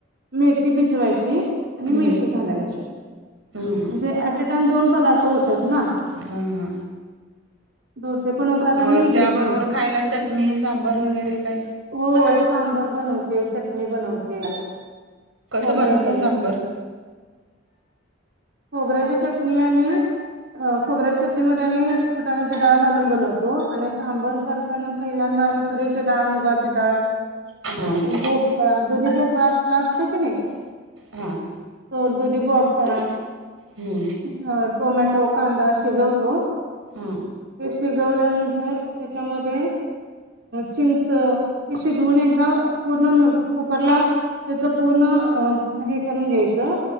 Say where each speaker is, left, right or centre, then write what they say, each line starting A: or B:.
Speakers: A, on the right; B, on the right.
A: मेथी भिजवायची. आणि
B: हम्म
A: मेथी घालायची म्हणजे
B: हम्म
A: ऍट अ टाइम दोन पदार्थ होतात ना.
B: हा हा.
A: डोसे पण होतात.
B: मग
A: आणि इडली
B: त्याबरोबर
A: पण होते.
B: खायला चटणी सांबर वगैरे काय.
A: हो सांबर बनवते चटणी बनवते.
B: कसं
A: खोबऱ्याची
B: बनवत
A: आणि
B: सांबर.
A: फुट खोबऱ्याची चटणी आणि. खोबऱ्यात चटणी मध्ये आम्ही फुटाण्याची डाळ घालून बनवतो आणि सांबर कर र त्यांण पहिल्यांदा आम्ही तुरीचीचे डाळ मुगाची डाळ.
B: हम.
A: भोपळ दुधी भोपळा आपला असतो की नाही.
B: हां.
A: तो दुधी भोपळा.
B: हम्म.
A: दुसरा टोमॅटो कांदा शिजवतो.
B: हा
A: ते शिजवल्यानंतर त्याच्यामध्ये चिंच शिजवून एकदा पूर्ण कुकरला त्याच पूर्ण हे करून घ्यायचं